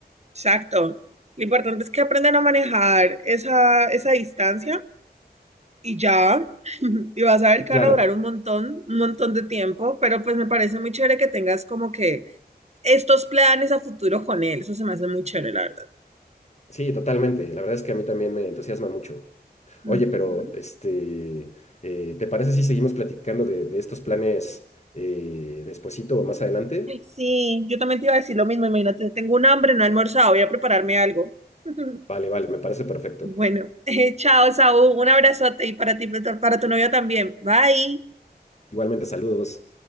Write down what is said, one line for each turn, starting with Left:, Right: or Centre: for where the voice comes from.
Right: Exacto. Lo importante es que aprendan a manejar esa, esa distancia y ya. <laughs> Y vas a ver que
Left: Claro,
Right: van a durar un montón, un montón de tiempo, pero pues me parece muy chévere que tengas como que estos planes a futuro con él. Eso se me hace muy chévere, la verdad.
Left: sí, totalmente. La verdad es que a mí también me entusiasma mucho. Oye,
Right: Ujú.
Left: pero este, eh, ¿te parece si seguimos platicando de, de estos planes eh, despuesito o más adelante?
Right: Ay, Sí, yo también te iba a decir lo mismo. Imagínate, tengo un hambre, no he almorzado, voy a prepararme algo. <laughs>
Left: Vale, vale, me parece perfecto.
Right: Bueno, <laughs> chao, Saúl. Un abrazote y para ti, para tu novio también. Bye.
Left: Igualmente, saludos.